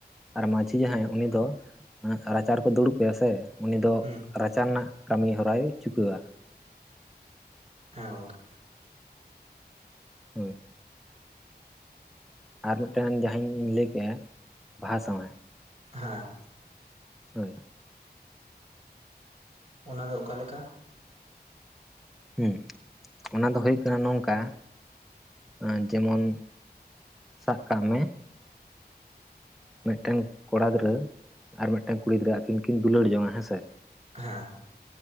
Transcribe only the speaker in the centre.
ᱟᱨ ᱢᱟ. ᱡᱷᱤ ᱡᱟᱦᱟᱸᱭ ᱩᱱᱤ ᱫᱚ ᱨᱟᱪᱟᱨ ᱨᱮ ᱠᱚ ᱫᱩᱲᱩᱵ ᱠᱟᱭᱟ ᱥᱮ ᱩᱱᱤ ᱫᱚ
ᱨᱟᱪᱟ ᱨᱮᱱᱟᱜ ᱠᱟᱹᱢᱤ ᱦᱚᱨᱟᱭ ᱪᱩᱠᱟᱹᱣᱟ
ᱦᱳᱭ ᱟᱨ ᱢᱤᱫᱴᱟᱱ ᱡᱟᱦᱟ ᱤᱧᱤᱧ ᱞᱟᱹᱭ ᱠᱮᱜ- ᱟ ᱵᱟᱦᱟ ᱥᱟᱶᱟ
ᱦᱳ
ᱦᱮᱸ ᱚᱱᱟ ᱫᱚ ᱦᱩᱭᱩᱜ ᱠᱟᱱᱟ ᱱᱚᱝᱠᱟ ᱮᱸ ᱡᱮᱢᱚᱱ ᱥᱟᱵ ᱠᱟᱜ ᱢᱮ ᱢᱤᱫᱴᱟᱝ ᱠᱚᱲᱟ ᱜᱤᱫᱽᱨᱟᱹ ᱟᱨ ᱢᱤᱫᱴᱟᱝ ᱠᱩᱲᱤ ᱜᱤᱫᱽᱨᱟᱹ ᱟᱹᱠᱤᱱ ᱠᱤᱱ ᱫᱩᱞᱟᱹᱲ ᱡᱚᱝᱟ ᱦᱮᱸᱥᱮ